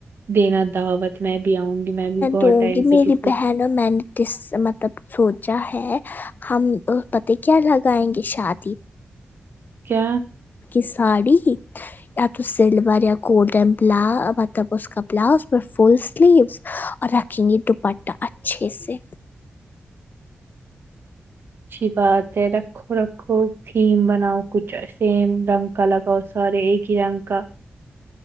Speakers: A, on the right; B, on the left.
A: دینا دعوت میں بھی آؤں گی میں بھی بہت
B: دوں
A: ٹائم
B: گی میری
A: سے کسی
B: بہن میں نے کس مطلب سوچا ہے ہم پتے کیا لگائیں گے شادی
A: کیا
B: کہ ساڑی یا تو سلور یا گولڈن بلا مطلب اس کا بلاؤز فل سلیوس اور رکھیں گے دوپٹہ اچھے سے
A: اچھی بات ہے رکھ رکھو رکھو تھیم بناؤ کچھ سیم رنگ کا لگاؤ سارے ایک ہی رنگ کا